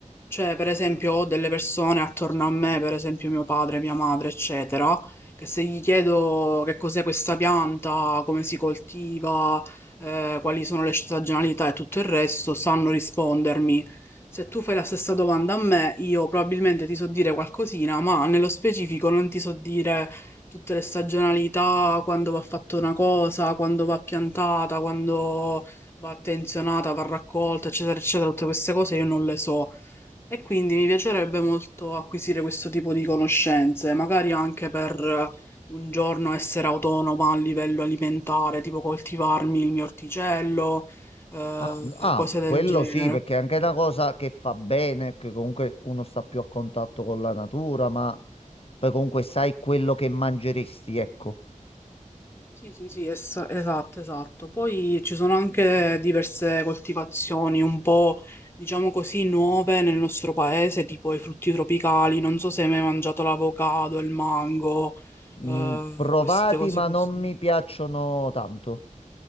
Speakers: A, on the left; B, on the left.
A: Cioè, per esempio, ho delle persone attorno a me, per esempio mio padre, mia madre, eccetera, che se gli chiedo che cos'è questa pianta, come si coltiva, eh, quali sono le stagionalità e tutto il resto, sanno rispondermi. Se tu fai la stessa domanda a me, io probabilmente ti so dire qualcosina, ma nello specifico non ti so dire tutte le stagionalità, quando va fatta una cosa, quando va piantata, quando va attenzionata, va raccolta, eccetera, eccetera, tutte queste cose io non le so. E quindi mi piacerebbe molto acquisire questo tipo di conoscenze, magari anche per eh, un giorno essere autonoma a livello alimentare, tipo coltivarmi il mio orticello, eh,
B: ah, n- ah,
A: cose del
B: quello
A: genere.
B: sì, perché è anche una cosa che fa bene, che comunque uno sta più a contatto con la natura, ma poi comunque sai quello che mangeresti, ecco.
A: Sì, sì, sì, es- esatto, esatto. Poi ci sono anche diverse coltivazioni un po', diciamo così, nuove nel nostro paese, tipo i frutti tropicali. Non so se hai mai mangiato l'avocado, il mango,
B: Mm,
A: eh,
B: provati,
A: queste cose
B: ma
A: così.
B: non mi piacciono tanto.